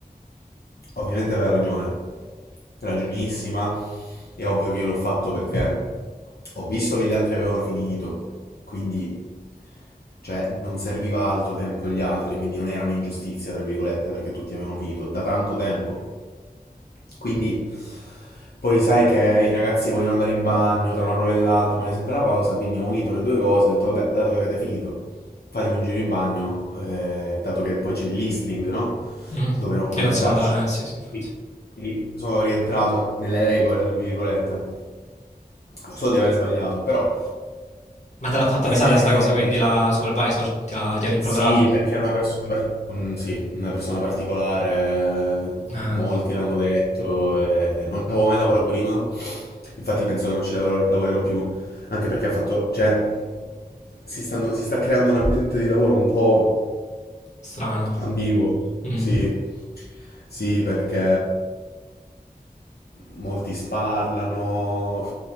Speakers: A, on the left; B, on the left.
A: Ovviamente aveva ragione, ragionissima. È ovvio che io l'ho fatto perché ho visto che gli altri avevano finito, quindi cioè non serviva altro tempo agli altri, quindi non era un'ingiustizia, tra virgolette, perché tutti avevano finito da tanto tempo. Quindi poi sai che i ragazzi vogliono andare in bagno tra una prova e l'altra, vogliono sempre la pausa, quindi ho unito le due cose, ho detto vabbè, dato che avete finito, fatevi un giro in bagno, eh, dato che poi c'è il listening, no?
B: Mm,
A: dove non
B: Che
A: potevi
B: non si
A: andarci.
B: può andare, eh, sì, sì, infatti.
A: Quindi quindi sono rientrato nelle regole, tra virgolette. Lo so di aver sbagliato, però...
B: Ma te l'ha fatta
A: eh,
B: pesare sta cosa, quindi la supervisor ti ha, ti ha rimproverato?
A: sì, perché è una persona, par- mm, sì, una persona particolare, eh,
B: Eh,
A: molti l'hanno detto, eh, non ci avevo mai lavorato prima, infatti penso che non ci lavorerò, lavorerò più, anche perché ha fatto, cioè, si stanno- si sta creando un ambiente di lavoro un po'...
B: strano.
A: Ambiguo,
B: Mm.
A: sì, sì, perché molti sparlano,